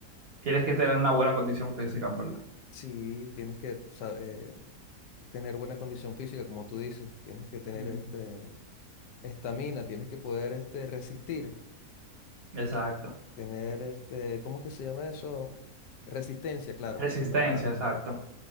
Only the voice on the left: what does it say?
Sí, tienes que sa- eh, tener buena condición física, como tú dices. Tienes que tener
este, estamina, tienes que poder este, resistir,
tener, este, ¿cómo es que se llama eso? Resistencia, claro,
es la palabra.